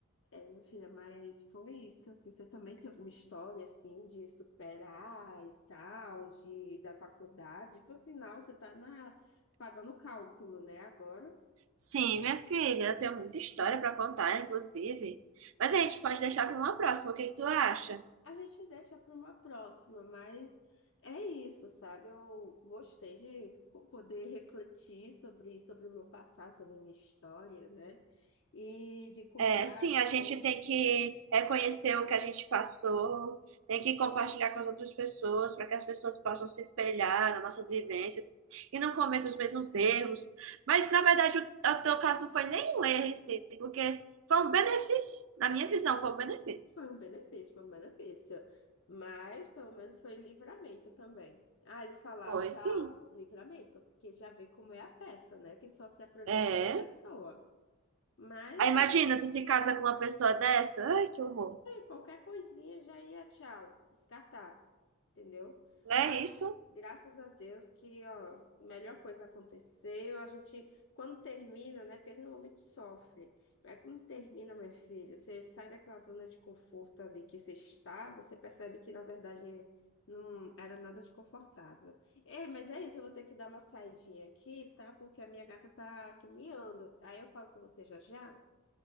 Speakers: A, on the left; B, on the right.
A: é, minha filha, mas foi isso, assim, você também tem alguma história, assim, de superar e tal, de, da faculdade, por sinal, você tá na, pagando cálculo, né, agora?
B: Sim, minha filha, eu tenho muita história para contar, inclusive. Mas a gente pode deixar para uma próxima. O que que tu acha?
A: A gente deixa para uma próxima, mas é isso, sabe? Eu gostei de poder refletir sobre, sobre o meu passado, sobre a minha história, né? E de contar
B: É, sim, a gente
A: como
B: tem que reconhecer o que a gente passou, tem que compartilhar com as outras pessoas para que as pessoas possam se espelhar nas nossas vivências e não cometam os mesmos erros. Mas, na verdade, o, o teu caso não foi nem um erro em si, porque foi um benefício. Na minha visão, foi um benefício.
A: foi um benefício, foi um benefício. Mas pelo menos foi livramento também. Ah, ele falar
B: Foi,
A: tchau,
B: sim.
A: livramento, porque já vê como é a peça, né? Que só se aproveita
B: É.
A: da pessoa. Mas
B: Aí
A: pelo
B: imagina, tu se casa com uma pessoa dessa. Ai, que horror.
A: Qualquer coisinha já ia, tchau, descartar, entendeu?
B: Não
A: Ai,
B: é isso?
A: graças a Deus que, ó, melhor coisa aconteceu. A gente, quando termina, né? Porque a gente normalmente sofre, mas quando termina, minha filha, você sai daquela zona de conforto ali que você estava, você percebe que, na verdade, não era nada de confortável. Ei, mas é isso, eu vou ter que dar uma saidinha aqui, tá? Porque a minha gata tá aqui miando. Aí eu falo com você já já.